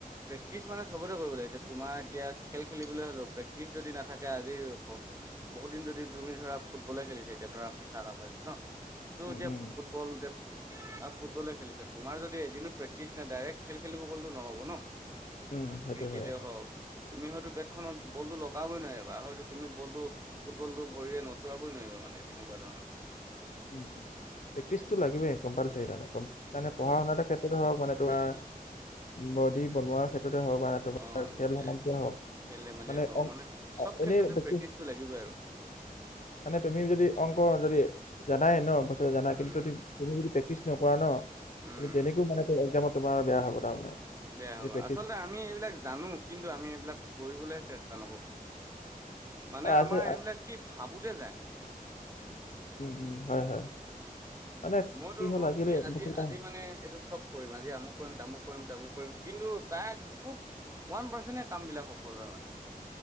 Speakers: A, on the right; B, on the left.
A: প্ৰেক্টিচ মানে চবতে কৰিব লাগে এতিয়া তোমাৰ এতিয়া খেল খেলিবলৈ হ'লো প্ৰেক্টিচ যদি নাথাকে আজিৰ বহুত দিন যদি তুমি ধৰা ফুটবলে খেলিছা এতিয়া ধৰা ফিফা কাপ হৈ আছে ন' ত'
B: উম,
A: এতিয়া
B: উম,
A: ফুট <unintelligible> আৰু ফুটবলে খেলিছা, তোমাৰ যদি এদিনো প্ৰেক্টিচ নাই ডাইৰেক্ট খেল খেলিব গ'লেতো নহ'ব ন'?
B: উম,
A: বা ক্ৰিকেটে
B: সেইটো হয়।
A: হওক। তুমি হয়তো বেটখনত বলটো লগাবই নোৱাৰিবা হয়তো তুমি বলটো ফুটবলটো ভৰিৰে ন <unintelligible> নোৱাৰিবা মানে তেনেকুৱা ধৰণৰ।
B: উম, প্ৰেক্টিচটো লাগিবই কম্পালচৰি তাতে। মানে
A: উম
B: পঢ়াশুনাৰে ক্ষেত্ৰতে হওক মানে তোমাৰ,
A: প্ৰেক্টিচ
B: বডি বনোৱাৰ ক্ষেত্ৰতে হওক বা
A: অ এতিয়া
B: খেল সমন্বিয়ে হওক,
A: খেল ধেমালিয়ে
B: মানে
A: হওক চব ক্ষেত্ৰতে
B: এনেই প্ৰেকটিছ
A: প্ৰেক্টিচটো লাগিবই আৰু
B: মানে তুমি যদি অংক যদি, জানাই ন' পাছত জানা
A: উম
B: কিন্তু তুমি যদি প্ৰেক্টিচ নকৰা ন',
A: উম
B: তুমি তেনেকেও মানে একজামত তোমাৰ বেয়া হ'ব তাৰমানে।
A: বেয়া
B: যদি
A: হ'ব
B: প্ৰেক্টিচ
A: আচলতে আমি এইবিলাক জানো, কিন্তু আমি এইবিলাক কৰিবলৈহে চেষ্টা নকৰোঁ। মানে
B: আছে
A: আমাৰ এইবিলাক কি ভাবোতে যায়।
B: উম, উম, হয়, হয়, মানে
A: মইতো
B: হ'ল
A: ভাবো
B: আজিকালি
A: কি আজি-আজি
B: বস্তুবিলাক
A: মানে, এইটো চব কৰিম আজি আমুক কৰিম তামুক কৰিম তামুক কৰিম, কিন্তু তাই খুব ওৱান পাৰ্চণ্টেহে কাম বিলাক সফল হয় মানে।